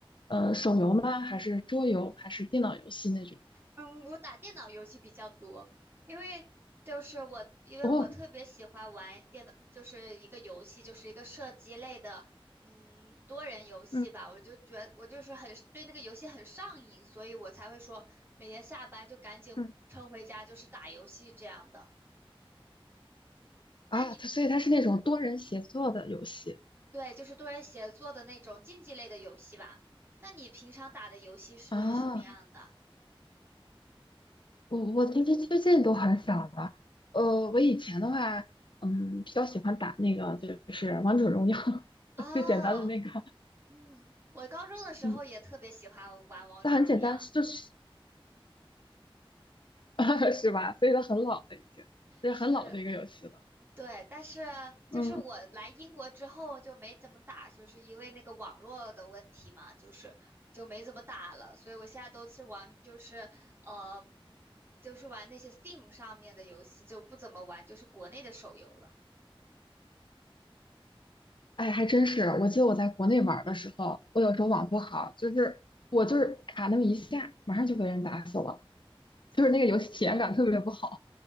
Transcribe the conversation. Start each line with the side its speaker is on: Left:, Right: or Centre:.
Left: 呃手游吗？还是桌游？还是电脑游戏那种？
Right: 嗯，我打电脑游戏比较多，因为就是我，因为我特别喜欢玩电脑，
Left: 哦，
Right: 就是一个游戏，就是一个射击类的，嗯，多人游戏吧。
Left: 嗯
Right: 我就觉我就是很对那个游戏很上瘾，所以我才会说每天下班就赶紧回冲回家，
Left: 嗯
Right: 就是打游戏这样的。那你平
Left: 啊，它所以它是那种多人协作的游戏
Right: 对就是多人协作的那种竞技类的游戏吧？那你平常打的游戏是什么样的？
Left: 啊。我我其实最近都很少了。呃，我以前的话，嗯，比较喜欢打那个就是王者荣耀
Right: 哦，
Left: <laughs> 最简单的那个，
Right: 嗯，我高中的时候也特别喜欢玩王者荣耀。
Left: 嗯，它很简单，就是 <laughs> 是吧？所以它很老了已经，这是很老的一个游戏了。
Right: 是，对，但是就是我来英国之后就没怎么打，
Left: 嗯，
Right: 就是因为那个网络的问题嘛，就是就没怎么打了，所以我现在都是玩，就是呃，就是玩那些 Steam 上面的游戏，就不怎么玩就是国内的手游了。
Left: 哎，还真是。我记得我在国内玩儿的时候，我有时候网不好，就是我就是卡那么一下，马上就被人打死了，就是那个游戏体验感特别不好。
Right: 嗯